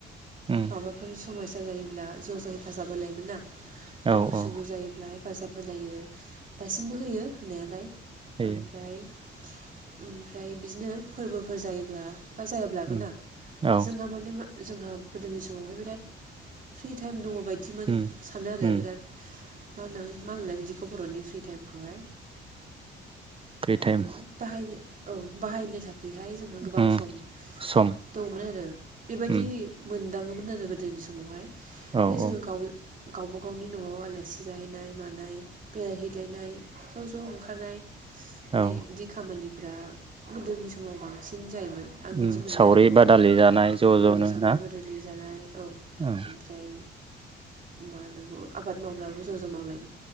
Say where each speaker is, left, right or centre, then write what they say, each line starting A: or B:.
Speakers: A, on the right; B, on the right.
A: उम
B: माबाफोर समयसा जायोब्ला ज' ज' हेफाजाब होलायोमोन ना
A: औ औ
B: खु जायोब्ला हेफाजाब होलायो दासिमबो होयो होनायालाय
A: होयो
B: ओमफ्राय ओमफ्राय बिदिनो फोरबोफोर जायोब्ला बा जायाब्लाबो
A: उम
B: ना
A: औ
B: जोंहा माने मा जोंहा गोदोनि समावहाय बिराद फ्रि टाइम दङ बायदिमोन
A: उम
B: सानो आरो
A: उम
B: बिराद मा होनो मा होनोनलाय बिदिखौ बर'नि फ्रि टाइमखौहाय?
A: फ्रि
B: मा होनो
A: टाइम
B: बाहायनो औ। बाहायनो <unintelligible> बेहाय जोंहा गोबां
A: उम
B: सम
A: सम
B: दङमोन आरो बेबायदि
A: उम
B: मोन दाङोमोन आरो गोदोनि समावहाय। ओमफाय
A: औ
B: जोङो
A: औ
B: गावनो गावबा गावनि न'आव आलासि जाहैनाय मानाय बेरायहैलायनाय ज' ज' ओंखारनाय माने
A: औ
B: इदि खामानिफ्रा गोदोनि समाव बांसिन जायोमोन आं बिदि
A: उम
B: मोनो
A: सावरि
B: आरो
A: बादालि जानाय ज' ज'नो
B: औ सावरि
A: ना
B: बादालि जानाय औ
A: औ
B: ओमफ्राय मा होननांगौ। आबाद मावब्लाबो ज' ज' मावलायो